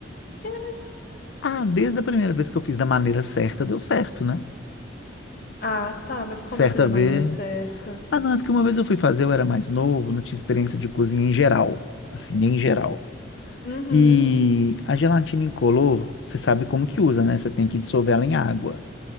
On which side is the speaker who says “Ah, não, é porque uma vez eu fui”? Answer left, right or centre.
Left